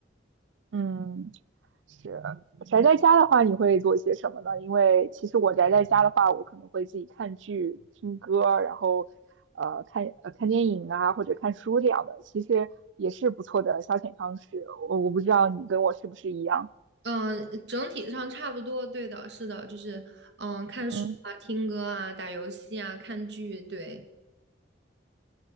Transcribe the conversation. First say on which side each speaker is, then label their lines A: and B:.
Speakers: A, on the right (about 85°); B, on the right (about 70°).
A: 嗯。是宅在家的话，你会做些什么呢？因为其实我宅在家的话，我可能会自己看剧、听歌，然后呃看呃看电影啊，或者看书这样的，其实也是不错的消遣方式。我我不知道你跟我是不是一样。
B: 嗯，整体上差不多，对的，是的，就是嗯看书啊、
A: 嗯，
B: 听歌啊、打游戏啊、看剧，对。